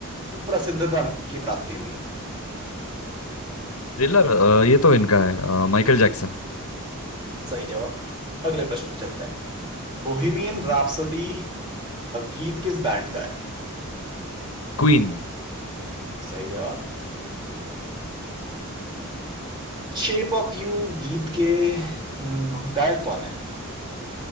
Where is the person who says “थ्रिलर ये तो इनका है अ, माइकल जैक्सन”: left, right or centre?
Left